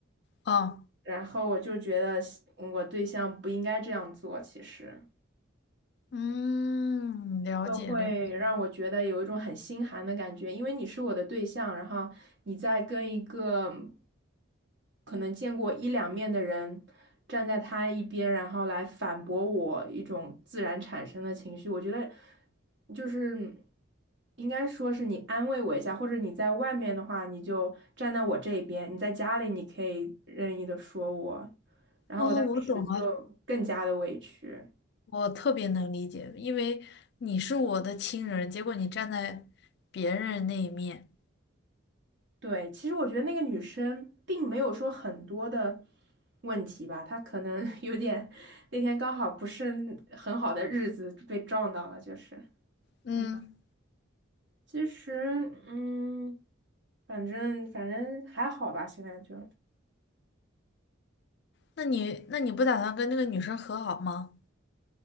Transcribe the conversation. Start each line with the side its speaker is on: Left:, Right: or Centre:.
Left: 哦。
Right: 然后我就觉得我对象不应该这样做，其实。
Left: 嗯，了解了解。
Right: 都会让我觉得有一种很心寒的感觉，因为你是我的对象，然后你在跟一个可能见过一两面的人站在他一边，然后来反驳我一种自然产生的情绪，我觉得就是应该说是你安慰我一下，或者你在外面的话，你就站在我这一边；你在家里，你可以任意的说我，然后我当时就更加的委屈。
Left: 哦，我懂了，我特别能理解，因为你是我的亲人，结果你站在别人那一面。
Right: 对，其实我觉得那个女生并没有说很多的问题吧，她可能 <laughs> 有点那天刚好不是很好的日子被撞到了，就是，
Left: 嗯，
Right: 嗯，其实，嗯，反正反正还好吧，现在就，
Left: 那你那你不打算跟那个女生和好吗？